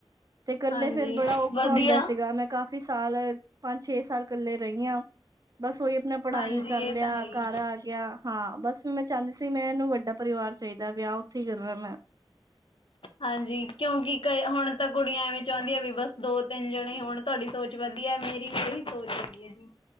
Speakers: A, on the right; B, on the left.
A: ਤੇ ਕੱਲੇ
B: ਹਾਂਜੀ
A: ਫੇਰ ਬੜਾ ਔਖਾ
B: ਵਧੀਆ
A: ਹੁੰਦਾ ਸੀਗਾ। ਮੈਂ ਕਾਫੀ ਸਾਲ ਸਾਲ ਪੰਜ, ਛੇ ਸਾਲ ਇਕੱਲੇ ਰਹੀ ਹਾਂ। ਬਸ ਉਹੀ, ਆਪਣਾ ਪੜਾਈ
B: ਹਾਂਜੀ
A: ਕਰ ਲਿਆ।
B: ਇਹ ਤਾਂ ਹੈ ਹੀ
A: ਘਰ ਆ ਗਿਆ। ਹਾਂ ਬਸ ਵੀ ਮੈਂ ਚਾਹੁੰਦੀ ਸੀ। ਮੈਂਹਨੂੰ ਵੱਡਾ ਪਰਿਵਾਰ ਚਾਹੀਦਾ, ਵਿਆਹ ਉੱਥੇ ਹੀ ਕਰਨਾ ਮੈਂ।
B: ਹਾਂਜੀ, ਕਿਉਂਕਿ ਕ ਹੁਣ ਤਾਂ ਕੁੜੀਆਂ ਐਵੇਂ, ਚਾਹੁੰਦੀਆਂ ਵੀ ਬਸ ਦੋ- ਤਿੰਨ ਜਣੇ ਹੁਣ। ਤੁਹਾਡੀ ਸੋਚ ਵਧੀਆ ਹੈ। ਮੇਰੀ ਵੀ ਇਹੀ ਸੋਚ ਹੈਗੀ ਹੈ ਜੀ।